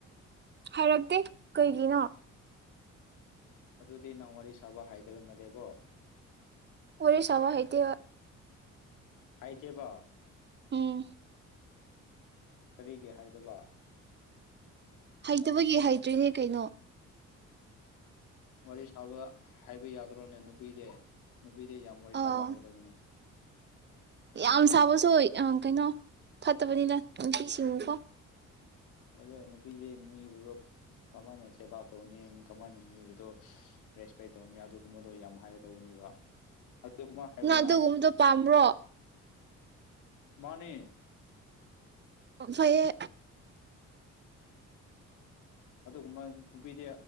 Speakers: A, on the right (about 35°); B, on the left (about 90°).
A: ꯍꯥꯏꯔꯛꯇꯦ ꯀꯩꯒꯤꯅꯣ
B: ꯑꯗꯨꯗꯤ ꯅꯪ ꯋꯥꯔꯤ ꯁꯥꯕ ꯍꯩꯇꯕ ꯃꯜꯂꯦꯀꯣ
A: ꯋꯥꯔꯤ ꯁꯕꯥ ꯍꯩꯇꯦ
B: ꯍꯩꯇꯦꯕ
A: ꯎꯝ
B: ꯀꯔꯤꯒꯤ ꯍꯩꯗꯕ
A: ꯍꯩꯇꯕꯒꯤ ꯍꯩꯇ꯭ꯔꯤꯅꯦ ꯀꯩꯅꯣ
B: ꯋꯥꯔꯤ ꯁꯥꯕ ꯍꯩꯕ ꯌꯥꯗ꯭ꯔꯣꯅꯦ ꯅꯨꯄꯤꯗꯤ ꯅꯨꯄꯤꯗꯤ ꯌꯥꯝ ꯋꯥꯔꯤ
A: ꯑꯥ
B: ꯁꯥꯕ ꯍꯩꯒꯗꯕꯅꯤ
A: ꯌꯥꯝ ꯁꯥꯕꯁꯨ ꯀꯩꯅꯣ ꯐꯠꯇꯕꯅꯤꯗ ꯅꯨꯄꯤꯁꯤꯡꯀꯣ
B: ꯑꯗ ꯅꯨꯄꯤꯗꯤ ꯃꯤꯕꯨꯗꯣ ꯀꯃꯥꯏꯅ ꯁꯦꯕꯥ ꯇꯧꯅꯤ ꯀꯃꯥꯏꯅ ꯃꯤꯕꯨꯗꯣ ꯔꯦꯁꯄꯦꯛ ꯇꯧꯅꯤ ꯑꯗꯨꯒꯨꯝꯕꯗꯣ ꯌꯥꯝ ꯍꯥꯏꯒ ꯇꯧꯅꯦꯕ ꯥꯑꯗꯨꯒꯨꯝꯕ ꯍꯩꯕ꯭ꯔ
A: ꯑꯗꯨꯒꯨꯝꯕꯗꯣ
B: ꯅꯪ
A: ꯄꯥꯝꯕ꯭ꯔꯣ
B: ꯃꯥꯅꯦ
A: ꯐꯩꯌꯦ
B: ꯑꯗꯨꯒꯨꯝꯕ ꯅꯨꯄꯤꯗꯤ